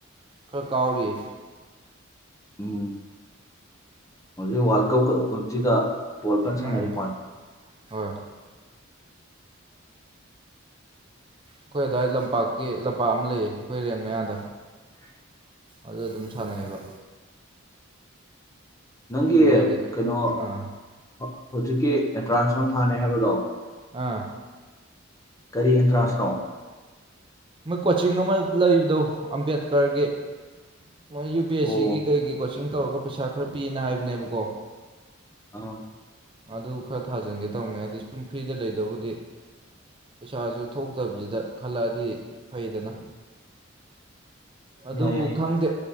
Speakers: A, on the right (about 25°); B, on the left (about 15°).
A: ꯈꯔ ꯀꯥꯎꯔꯤꯌꯦ
B: ꯎꯝ ꯍꯧꯖꯤꯛ ꯋꯥꯜ ꯀꯞꯀ ꯁꯤꯗ ꯕꯣꯜ ꯀꯟ ꯁꯥꯟꯅꯔꯤ
A: ꯎꯝ
B: ꯃꯣꯏ
A: ꯍꯣꯏ ꯑꯩꯈꯣꯏ ꯑꯗꯥꯏ ꯂꯝꯄꯥꯛꯀꯤ ꯂꯝꯄꯥꯛ ꯑꯃ ꯂꯩꯌꯦ ꯑꯩꯈꯣꯏ ꯔꯦꯟ ꯃꯌꯥꯗ
B: <unintelligible>
A: ꯑꯗꯨ ꯑꯗꯨꯝ ꯁꯥꯟꯅꯩꯌꯦꯕ
B: ꯅꯪꯒꯤ
A: ꯃꯣꯏ ꯂꯩ
B: ꯀꯩꯅꯣ
A: ꯑꯥ
B: ꯍꯧꯖꯤꯛꯀꯤ ꯑꯦꯟꯇ꯭ꯔꯥꯟꯁ ꯑꯃ ꯊꯥꯅꯤ ꯍꯥꯏꯕꯗꯣ
A: ꯑꯥ
B: ꯀꯔꯤ ꯏꯟꯇ꯭ꯔꯥꯟꯁꯅꯣ
A: ꯃꯣꯏ ꯀꯣꯆꯤꯡ ꯑꯃ ꯂꯩꯕꯗꯣ ꯑꯝꯕꯦꯗꯀꯔꯒꯤ ꯃꯣꯏ ꯌꯨ ꯄꯤ ꯑꯦꯁ
B: ꯑꯣ
A: ꯁꯤꯒꯤ ꯀꯩꯒꯤ ꯀꯣꯆꯤꯡ ꯇꯧꯔꯒ ꯄꯩꯁꯥ ꯈꯔ ꯄꯤꯅ ꯍꯥꯏꯕꯅꯦꯕꯀꯣ
B: ꯑꯣ
A: ꯑꯗꯨ ꯈꯔ ꯊꯥꯖꯤꯟꯒꯦ ꯇꯧꯅꯦ ꯍꯥꯏꯗꯤ ꯁꯨꯝ ꯐ꯭ꯔꯤꯗ ꯂꯩꯗꯧꯕꯨꯗꯤ ꯄꯩꯁꯥꯁꯨ ꯊꯣꯛ ꯇꯕꯁꯤꯗ ꯈꯜꯂꯛꯑꯗꯤ ꯐꯩꯗꯅ ꯑꯗꯨꯕꯨ
B: ꯌꯥꯏ ꯌꯥꯏ
A: ꯈꯪꯗꯦ